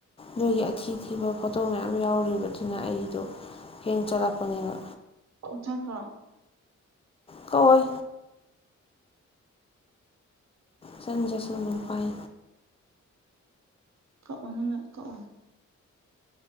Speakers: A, on the left; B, on the right.
A: ꯅꯣꯏꯒꯤ ꯑꯊꯤꯊꯤꯕ ꯐꯣꯇꯣ ꯃꯌꯥꯝ ꯌꯥꯎꯔꯤꯕꯗꯨꯅ ꯑꯩ ꯗꯣ ꯍꯡ ꯆꯂꯛꯄꯅꯤꯕ
B: ꯑꯣꯛꯊꯈꯣ
A: ꯀꯛ ꯑꯣꯏ ꯆꯟꯖꯁꯟ ꯉꯄꯥꯏ
B: ꯀꯛꯑꯣ ꯅꯪꯅ ꯀꯛꯑꯣ